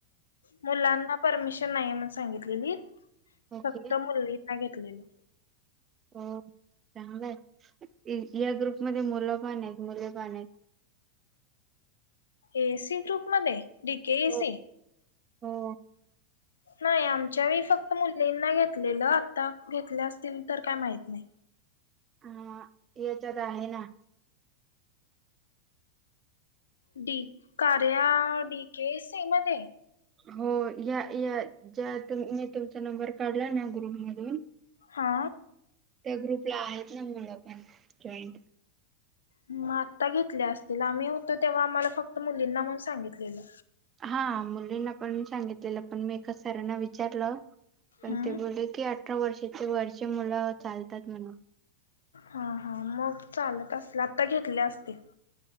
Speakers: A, on the left; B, on the right.
A: मुलांना परमिशन नाहीये म्हणून सांगितलेली
B: ओके
A: फक्त मुलींना घेत कळेना.
B: हो चांगलय ए सी या ग्रुपमध्ये मुलं पण आहेत मुली पण आहेत.
A: ए सी ग्रुप मध्ये डी केे ए
B: हो
A: सी.
B: हो.
A: नाही आमच्या वेळी फक्त मुलींना घेतलेलं. आत्ता घेतल्या असतील तर काय माहीत नाही.
B: हा येचात आहे ना
A: डी कार्या डी के सी मध्ये
B: हो या या ज्या ते. मी तुमचा नंबर काढला ना ग्रुपमधून
A: हा.
B: त्या ग्रुपला आहेत ना मुलं पण जॉईंट.
A: मग आता घेतल्या असतील आम्ही होतो तेव्हा आम्हाला फक्त मुलींना म्हणून सांगितलेलं.
B: हा मुलींना पण सांगितलेलं पण मी एका सरांना विचारलं. पण
A: हम्म
B: ते बोलले की अठरा वर्षाचे वरचे मुलं चालतात म्हणून.
A: हा हा मग चालत असला आता घेतले असतील.